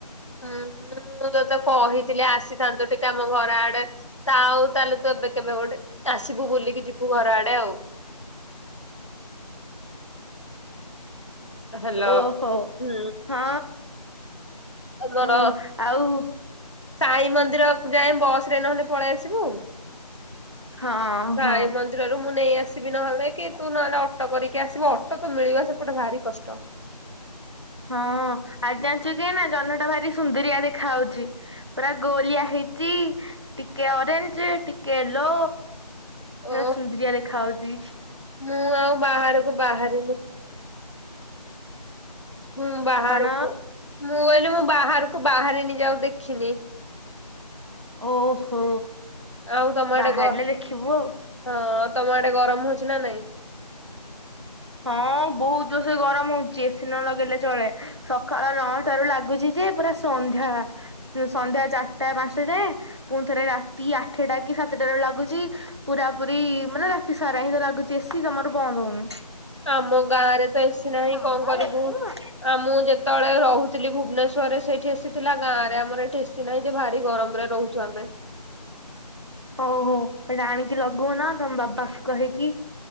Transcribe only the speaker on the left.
ହୁଁ ମୁଁ ତୋତେ କହିଥିଲି ଆସିଥାନ୍ତୁ ଟିକେ ଆମ ଘର ଆଡେ ତା ଆଉ ତାହେଲେ ତୁ ଏବେ କେବେ ଗୋଟେ ଆସିବୁ ବୁଲିକି ଯିବୁ ଘର ଆଡେ ଆଉ। ହାଲୋ।
ହୁଁ
ଆମର
ସାଇ ମନ୍ଦିର ଯାଏଁ ବସ ରେ ନହେଲେ ପଳେଇ ଆସିବୁ।
ସାଇ
ମନ୍ଦିରରୁ ମୁଁ ନେଇ ଆସିବି ନହେଲେ କି ତୁ ନହେଲେ ଅଟୋ କରିକି ଆସିବୁ ଅଟୋ ତ ମିଳିବା ସେପଟେ ଭାରି କଷ୍ଟ।
ଓ
ମୁଁ ଆଉ ବାହାରକୁ ବାହାରିନି। ହଁ ବାହାରକୁ
ମୁଁ କହିଲି ମୁଁ ବାହାରକୁ ବାହାରି ନି ଯାଉ ଦେଖିନି।
ଆଉ ତମ ଆଡେ
ଗ
ହଁ ତମ ଆଡେ ଗରମ ହଉଛି ନା ନାଇଁ?
ଆମ ଗାଁ ରେ ତ ଏସି ନାହିଁ
କଣ କରିବୁ।
ଆଉ ମୁଁ ଯେତେବେଳେ ରହୁଥିଲି ଭୁବନେଶ୍ୱରରେ ସେଇଠି ଏସି ଥିଲା, ଗାଁରେ ଆମର ଏଠି ଏସି ନାହିଁ ଯେ ଭାରି ଗରମରେ ରହୁଛିି। ଚଲେ।